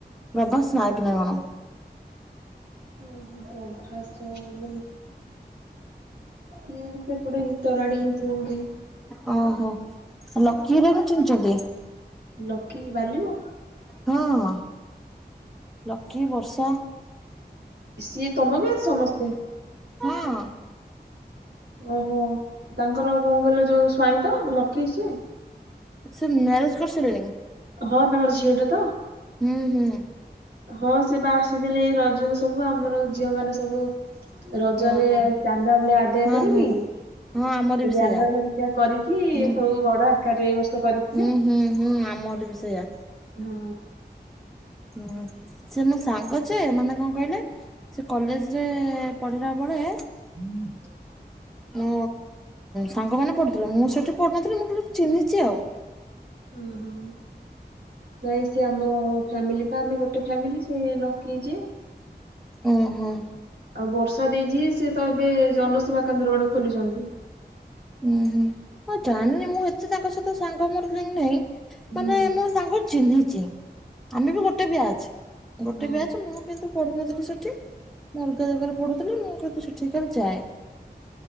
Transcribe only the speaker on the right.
ଓହୋ ପ୍ରଭାସ ବୋଲି। ସିଏ ଜଦି ସେପଟେ ଭିତର ଆଡେ ହେଇଥିବ ବୋଧେ।
ଲକି ବାଲିବ।
ସିଏ ତମ ବ୍ୟାଚ ସମସ୍ତେ?
ଓହୋ ତାଙ୍କର କଣ କହିଲ ଯୋଉ ସ୍ଵାଇଁ ତ ଲକି ସ୍ୱାଇଁ।
ହଁ ତାଙ୍କର ଝିଅ ଟେ ତ।
ହଁ ସେ ବା ଆସିଥିଲି ଏଇ ରଜ ରେ ସବୁ ଆମର ଝିଅ ମାନେ ସବୁ ରଜରେ
ଚାନ୍ଦା ଭଳିଆ ଆଦାୟ
କରିକି
ସେ
ବ୍ୟାନର
ଭରିକା କରିକି
ସବୁ ବଡ ଆକାର ଏଇ ବର୍ଷ କରି
ହଁ।
ହୁଁ <unintelligible>
ହୁଁ ହୁଁ। ନାଇ ସେ ଆମ ଫାମିଲି ପା ଆମେ ଗୋଟେ ଫ୍ୟାମିଲି ସେ ଲକିଯେ।
ଆଉ ବର୍ଷା ଦେଇ ଯିଏ ସେ ତ ଏବେ ଜନସେବା କେନ୍ଦ୍ର ଗୋଟେ ଖୋଲିଛନ୍ତି।
ହୁଁ
ହଁ